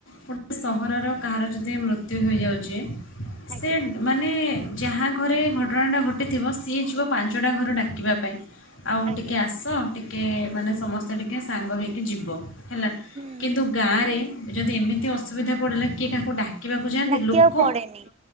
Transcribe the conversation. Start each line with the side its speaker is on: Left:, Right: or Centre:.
Left: ଗୋଟେ
Right: ହୁଁ
Left: ସହରର କାହାର ଯଦି ମୃତ୍ୟୁ ହୋଇଯାଉଛି
Right: ଆଜ୍ଞା
Left: ସେ ମାନେ ଯାହା ଘରେ ଘଟଣାଟା ଘଟିଥିବ ସିଏ ଯିବ ପାଞ୍ଚଟା ଘର ଡାକିବା ପାଇଁ। ଆଉ
Right: ଆଜ୍ଞା
Left: ଟିକେ ଆସ ଟିକେ ମାନେ ସମସ୍ତେ ଟିକେ ସାଙ୍ଗ ହେଇକି ଯିବ ହେଲା
Right: ହୁଁ।
Left: କିନ୍ତୁ ଗାଁରେ ଯଦି ଏମିତି ଅସୁବିଧା ପଡ଼ିଲା କିଏ କାହାକୁ ଡାକିବାକୁ ଯାଆନ୍ତି
Right: ଡାକିବାକୁ
Left: ଲୋକ
Right: ପଡେନି